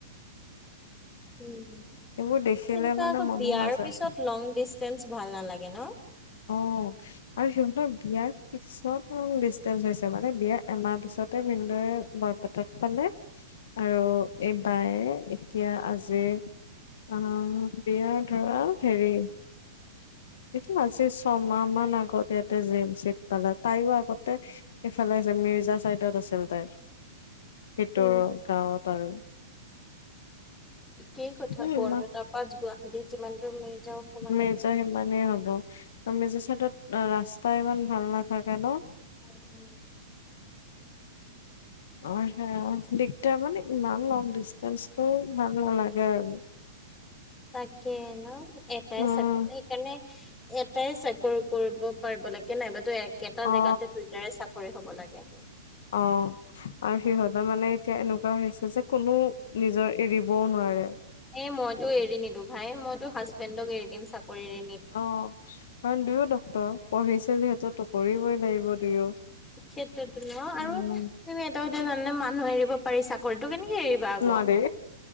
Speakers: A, on the left (about 15°); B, on the left (about 70°).
A: সেনেকুৱা
B: এইবোৰ দেখিলে মানে
A: আকৌ
B: মনে
A: বিয়াৰ
B: নাযায়
A: পিছত লং ডিচটেন্স ভাল নালাগে ন?
B: অ'। আৰু সিহঁতৰ বিয়াৰ পিছত <unintelligible> ডিচটেন্স হৈছে মানে, বিয়া এমাহ পিছতে ভিনদেউয়ে বৰপেটাত পালে আৰু এ বায়ে এতিয়া আজিৰ অ', বিয়া ধৰা হেৰি এইটো আজি চম মাহ মান আগত ইয়াতে জি এম চিত পালে। তাইও আগতে ইফালে- মিৰ্জা চাইডট আছিল তাই ভিতৰ
A: উম
B: গাঁৱত আৰু।
A: একেই কথা
B: এ
A: বৰপেটা
B: ইমান
A: পা গুৱাহাটী যিমান দূৰ মেৰি যাওঁ। সমানে
B: মিৰ্জা
A: দূৰ
B: সিমানেই হ'ব। আও মিৰ্জা চাইডত আ ৰাস্তা ইমান ভাল নাথাকে ন?
A: উম উম।
B: অ সেয়া। দিকদাৰ মানে ইমান লং ডিষ্টেন্সটো ভাল নালাগে আৰু।
A: তাকে ন এটাই
B: উম
A: চা- সেইকাণে এটাই চাকৰি কৰিব পাৰিব লাগে নাইবা তো এ কেটা জেগাতে
B: অ
A: দুইটাৰে চাকৰি হ'ব লাগে।
B: অ। আৰু সিহঁত মানে এতিয়া এনেকুৱা হৈ আছে যে কোনো নিজৰ এৰিবও নোৱাৰে।
A: এ মইতো এৰি নিদো ভাই। মইতো হাজবেণ্ডক এৰি দিম চাকৰি। <unintelligible>
B: অ কাৰণ দুয়ো ডক্তৰ। পঢ়িছে যিহেতু ত কৰিবই লাগিব দুয়ো।
A: সেইটোৱেতো ন আৰু
B: উম
A: <unintelligible> এটা কথা জানা নে মানুহ এৰিব পাৰি, চাকৰিটো কেনেকে এৰি বা আকৌ।
B: নোৱাৰি